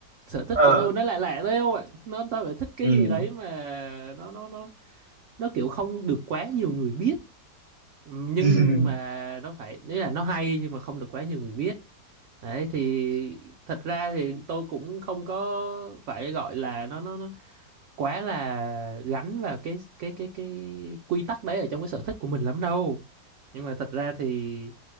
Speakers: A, on the right (about 70°); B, on the right (about 35°).
A: sở thích
B: ờ
A: của tôi nó lại lạ thôi không ạ nó tôi phải thích cái
B: ừ
A: gì đấy mà nó nó nó nó kiểu không được quá nhiều người biết Ừ, nhưng
B: <laughs>
A: mà nó phải đấy là nó hay nhưng mà không được quá nhiều người biết đấy thì thật ra thì tôi cũng không có phải gọi là nó nó nó quá là gắn vào cái cái cái cái quy tắc đấy ở trong cái sở thích của mình lắm đâu nhưng mà thật ra thì